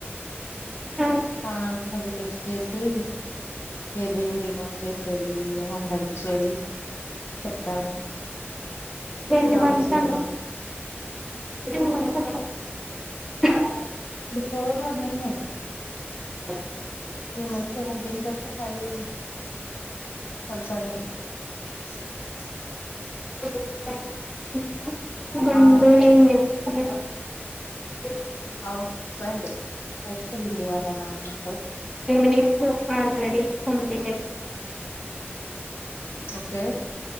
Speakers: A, in the centre; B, on the left (about 65°).
A: ఆ
B: ఫైవ్ మన్స్ లో డిటెక్ట్ చేసి బేబీని రిమూవ్ చేసేది కూడా ఉందంట స్టడీ చెప్తారంట
A: ఎన్ని
B: డౌన్
A: మంత్స్
B: సిండ్రోమ్
A: కంట <inaudible>
B: ఇప్పుడు ఫోర్ రన్నింగ్ ఏమో
A: <inaudible> <unintelligible>
B: త్రీ మంత్ సెవెంటీన్ కి వస్తే ఫైవ్ పడతాదేమో <inaudible> <unintelligible>
A: కొ <inaudible> <unintelligible>
B: ఆ
A: అ <inaudible> <unintelligible>
B: ఔట్సైడ్ బైటికి వెళ్ళింది వాళ్ళ నాన్నమ్మతో
A: ten minutes already complete
B: okay